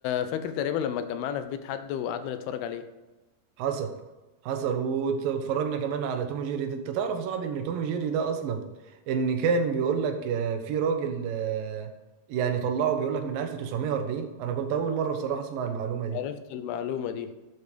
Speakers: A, on the left (about 85°); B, on the right (about 70°).
A: فاكر تقريبا لما اتجمعنا في بيت حد وقعدنا نتفرج عليه
B: حصل حصل وت- واتفرجنا كمان على توم جيري ده انت تعرف يا صاحبي ان توم جيري ده اصلا ان كان بيقول لك آه، في راجل آه، يعني طلعه بيقول لك من 1940 انا كنت اول مرة بصراحة اسمع المعلومة دي
A: عرفت المعلومة دي